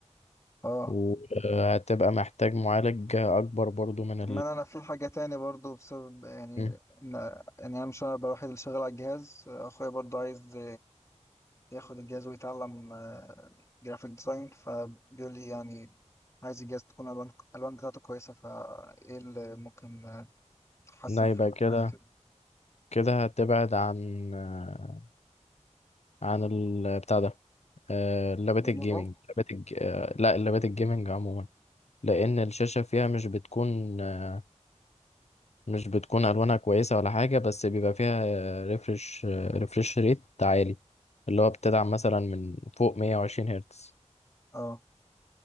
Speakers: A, on the left; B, on the left.
A: اه
B: وهتبقى محتاج معالج اكبر برضو من
A: كمان انا في حاجه تاني برضو بسبب يعني
B: ال
A: ان يعني انا مش انا الوحيد اللي شغال على الجهاز اخويا برضو عايز ياخد الجهاز ويتعلم جرافيك ديزاين فبيقول لي يعني عايز الجهاز تكون الوان الالوان بتاعته كويسه فايه اللي ممكن آه، تحسن
B: لا
A: في
B: يبقى كده
A: حاجه كده
B: كده هتبعد عن آه، عن ال- بتاع ده آه، لابات
A: لينوفو
B: الجيمنج لابات الج... آه، لا اللابات الجيمنج عموما لأن الشاشة فيها مش بتكون آه، مش بتكون ألوانها كويسة ولا حاجة بس بيبقى فيها ريفرش ريفرش ريت عالي اللي هو بتدعم مثلا من فوق 120 هرتز
A: اه